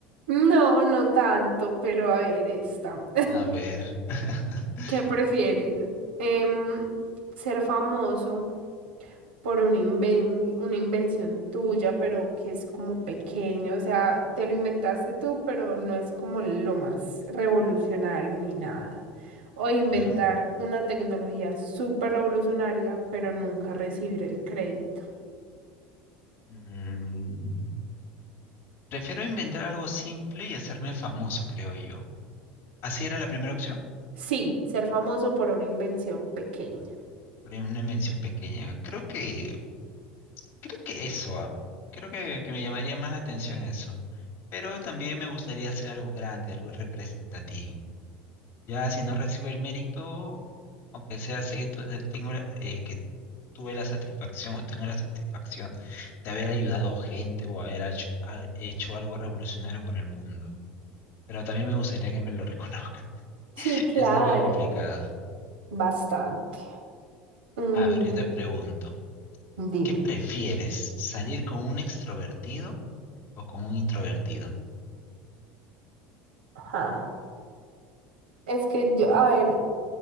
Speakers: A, on the right; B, on the left.
A: No, no tanto, pero a ver esta.
B: A ver. <laughs>
A: <laughs> ¿Qué prefieres? Em, ser famoso por un inven- una invención tuya, pero que es como pequeña, o sea, te lo inventaste tú, pero no es como lo más revolucionario ni nada. O inventar
B: ¿Ya?
A: una tecnología súper revolucionaria, pero nunca recibir el crédito.
B: Mm, prefiero inventar algo simple y hacerme famoso, creo yo. ¿Así era la primera opción?
A: Sí, ser famoso por una invención pequeña.
B: Por una invención pequeña. Creo que, creo que eso, ah. Creo que, que me llamaría más la atención eso. Pero también me gustaría hacer algo grande, algo representativo. Ya si no recibo el mérito, aunque sea sé que tu- tengo la- eh, que tuve la satisfacción o tengo la satisfacción de haber ayudado gente o haber hecho, ha- hecho algo revolucionario por el mundo. Pero también me gustaría que me lo reconozcan. <laughs>
A: Sí, claro.
B: Estuvo complicado.
A: Bastante. Mm.
B: A ver, yo te pregunto,
A: Dime.
B: ¿qué prefieres? ¿Salir con un extrovertido o con un introvertido?
A: Ajá. Es que yo, a ver,